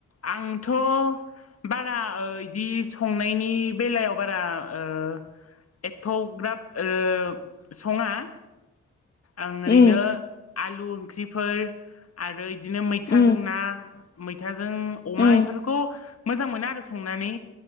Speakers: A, on the left; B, on the left.
A: आं थ' बारा ओ इदि संनायनि बेलायाव बारा ओ एथ'ग्राब ओ संङा । आं ओरैनो
B: उम
A: आलु ओंख्रिफोर आरो इदिनो मैथा
B: उम
A: जों ना मैथाजों अमा
B: उम
A: बेफोरखौ मोजां मोनो आरो संनानै